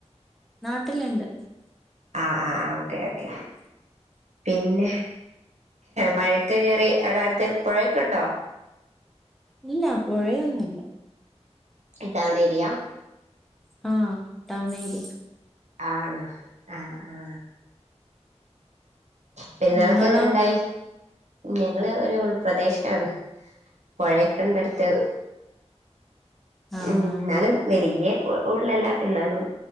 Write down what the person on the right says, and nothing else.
ആ ആ ഓക്കെ ഓക്കെ പിന്നെ മഴക്കെ കേറി അവിടെ അടുത്ത് പുഴയൊക്കെ ഉണ്ടോ?
ഇ ടൗൺ ഏരിയ
ആണോ ആ ആ പെരുന്നാളൊക്കെ
എങ്ങനെണ്ടായി? ഞങ്ങള് ഒരു ഉൾപ്രദേശാണ് പൊഴയൊക്കെണ്ട് അടുത്ത്
ഉം ന്നാലും വലിയ ഉള്ളല്ല എന്നാലും